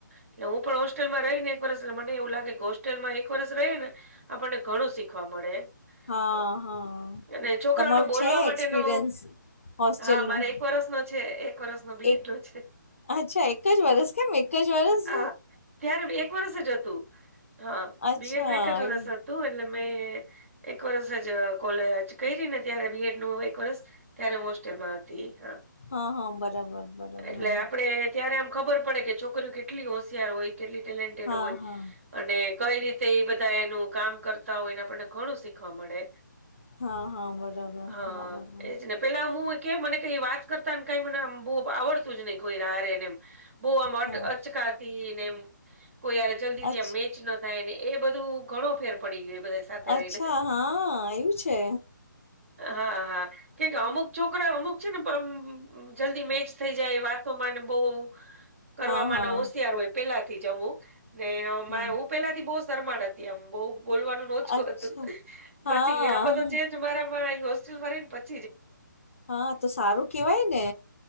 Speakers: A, on the right; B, on the left.
A: એટલે હું પણ હોસ્ટેલમાં રહીને એક વર્ષ મને એવું લાગે કે હોસ્ટેલમાં એક વર્ષ રયે ને આપણને ઘણું શીખવા મળે
B: હા
A: તો
B: હા
A: અને છોકરાઓને
B: તમારું
A: બોલવા
B: છે
A: માટેનો
B: એક્સપિરિયન્સ હોસ્ટેલનું
A: હા, મારે એક વર્ષનો છે એક વર્ષનો બેટો
B: એક
A: છે.
B: અચ્છા એક જ વરસ કેમ એક જ વરસ?
A: હા ત્યારે એક વરષ જ હતું હા
B: અચ્છા
A: બી એ ડનું એક જ વર્ષ
B: એવું
A: તો એટલે મેં એક વરસ અહ જ કોલેજ કરીને ત્યારે બીએડ નું એક વરસ ત્યારે હોસ્ટેલમાં હતી હા.
B: હા હા બરાબર બરાબર
A: એટલે આપડે ત્યારે આમ ખબર પડે કે છોકરીઓ કેટલી હોશિયાર હોય કેટલી ટેલેન્ટેડ
B: હા
A: હોય.
B: હા
A: અને કઈ રીતે એ બધા એનું કામ કરતા હોયને આપણને ઘણું શીખવા મળે.
B: હા હા બરાબર
A: હા
B: બરાબર.
A: એજ ને પેલા હું કે મને કઈ વાત કરતાને કઈ મને બહુ ગમે આવડતું જ નહી કોઈ રારે એને એમ બહુ આમટ
B: હા
A: અચકાતી ને એમ કોઈ જલ્દી
B: અચ્
A: થી આ મેચ ન થાય ને એ બધું ઘણો ફેર પડી ગયો. બધા સાથે
B: અચ્છા
A: રહીને
B: હા એવું છે?
A: હા હા કેમ કે અમુક છોકરા અમુક છે ને પણ જલ્દી મેચ થઈ જાય વાતો માને બોહ કરવાવામાં
B: હા હા
A: નો હોશિયાર હોય પેલાથી જમું ને હું
B: હ
A: પેલા થી બોસ ઘર માં હતી આમ બહુ બોલવાનું નોચું
B: અચ્છા
A: હતું
B: હા
A: પછી આ બધું ચેનજ મારામાં હોસ્ટેલ માં રહી પછ
B: હા, તો સારું કેવાય ને.